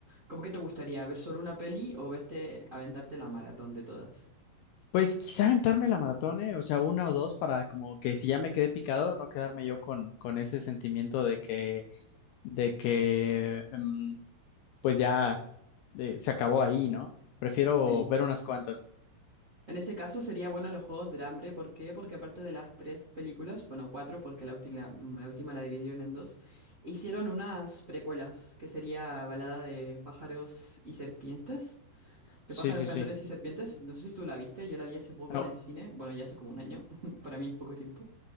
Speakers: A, on the right; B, on the left.
A: ¿Cómo que te gustaría ver solo una peli o verte aventarte la maratón de todas?
B: Pues quizá aventarme la maratón, eh, O sea, una o dos para como que si ya me quedé picado, no quedarme yo con, con ese sentimiento de que de que mm, pues ya eh, se acabó ahí, ¿no? Prefiero
A: Uy.
B: ver unas cuantas.
A: En ese caso sería bueno los Juegos del Hambre. ¿Por qué? Porque aparte de las tres películas, bueno, cuatro, porque la última, mm, la última la dividieron en dos, hicieron unas precuelas, que sería Balada de pájaros y serpientes, de
B: Sí,
A: pájaros,
B: sí,
A: cantores
B: sí.
A: y serpientes. No sé si tú la viste, yo la vi hace poco
B: No,
A: en el cine, bueno, ya hace como un año, <laughs> para mí es poco tiempo.